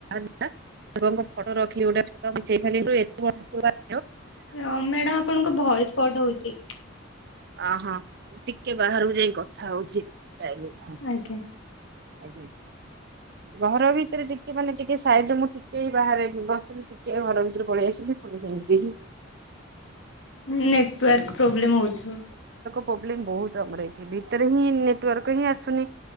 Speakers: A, on the right; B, on the left.
A: ଆ ବଙ୍କ ଫଟୋ ରଖି ଗୋଟେ ଛୋଟ ସେଫାଲି ରୁ ଏ। <inaudible>
B: ଅ ମ୍ୟାଡାମ ଆପଣଙ୍କ ଭଏସ କଟ ହଉଛି।
A: ଅ ହୋ ଟିକେ ବାହାରକୁ ଯାଇଁ କଥା ହଉଛି। ଟାଇମି ଥାନ୍ତ।
B: ଆଜ୍ଞା।
A: ଆଜ୍ଞା ଘର ଭିତରେ ଟିକେ ମାନେ ଟିକେ ସାଇଡରେ ମୁଁ ଟିକେ ଏଇ ବାହାରେ ବ-ବ-ବସିଥିଲି ଟିକେ ଘର ଭିତରୁ ପଳେଇ ଆସିଲି ପୁଣି ସେମିତି ହିଁ।
B: ନେଟୱାର୍କ ପ୍ରୋ ପ୍ରୋବ୍ଲେମ ହଉଥିବ।
A: ପୋବ୍ଲେମ ବହୁତ ଆମର ଏଠି ଭିତରେ ହିଁ ନେଟୱାର୍କ ହିଁ ଆସୁନି